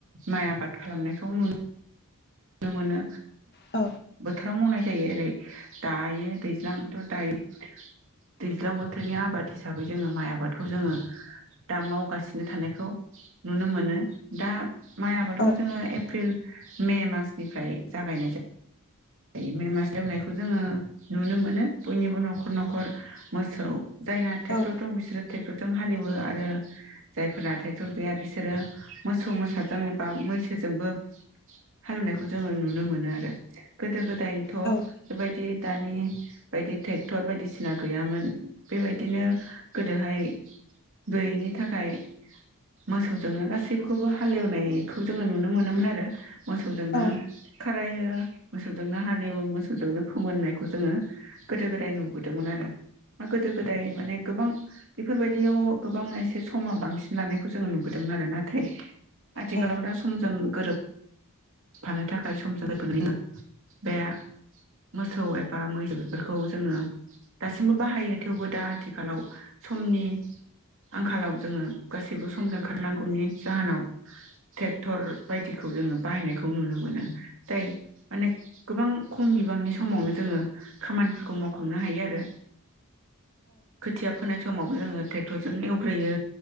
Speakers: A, on the right (about 65°); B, on the left (about 50°).
A: माइ आबाद खालामनायखौ नुनो नु मोनो
B: औ
A: बोथोराव मावनाय जायो ओरै दायो दैज्लांथ' दायो दैज्लां बोथोरनि आबाद हिसाबै जोङो माइ आबादखौ जोंङो दा मावगासिनो थानायखौ नुनो मोनो दा माइ आबादखौ
B: औ
A: जोंङो एप्रिल मे मास निफ्राय जागायनाय जायो मे मास एवनायखौ जोङो नुनो मोनो बयनिबो न'खर न'खर मोसौ जायना टेक्रथर
B: औ
A: दं बिसोरो ट्रेक्टरजों हालेवो आरो जायफोरा ट्रेक्टर गैया बिसोरो मोसौ मोसाजों एबा मैसोजोंबो हालेवनायखौ जोंङो नुनो मोनो आरो गोदो गोदाय दायोथ'
B: औ
A: बेबायदि दानि बायदि ट्रेक्टर बायदिसिना गैयामोन बेबायदिनो गोदोहाय गयैनि थाखाय मोसौजोंनो गासैखौबो हालेवनायखौ जोंङो नुनो मोनोमोन आरो मोसौजोंनो
B: औ
A: खारायो मोसौजोंनो हालेवो मोसौजोंनो फोमोननायखौ जोंङो गोदो गोदाय नुबोदोंमोन आरो बा गोदो गोदाय माने गोबां बेफोरबायदियाव गोबां एसे समा बांसिन लानायखौ जोंङो नुबोदोंमोन आरो नाथाय आथिखालाव
B: औ
A: दा समजों गोरोब फानो थाखाय समजों लोगोसे बे मोसौ एबा मैसौ बेफोरखौ जोङो दासिमबो बाहायो थेवबो दा आथिखालाव समनि आंखालाव जोंङो गासैबो समजों ओंखारनांगौनि जाहोनाव ट्रेक्टर बायदिखौ जोङो बाहायनायखौ नुनो मोनो जाय माने गोबां खम बिबांनि समावनो जोङो खामानिफोरखौ मावखांनो हायो आरो खोथिया फोनाय समाव जो़ङो जों एवग्रोयो।